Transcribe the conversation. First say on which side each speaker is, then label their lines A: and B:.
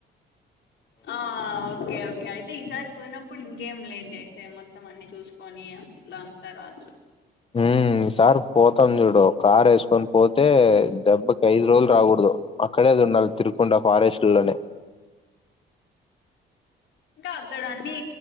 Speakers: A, on the left (about 70°); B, on the left (about 30°).
A: ఆ ఓకే ఓకే అయితే ఈసారి పోయినప్పుడు ఇంకేం లేండి అయితే మొత్తం అన్ని చూసుకొని అట్లా రావచ్చు
B: ఉ ఈసార్ పోతాం చూడు కార్ వేసుకొని పోతే దెబ్బకి ఐదు రోజులు రాకూడదు అక్కడేది ఉండాలి తిరుకొండ ఫారెస్ట్ లోనే
A: ఇంకా అక్కడ అన్ని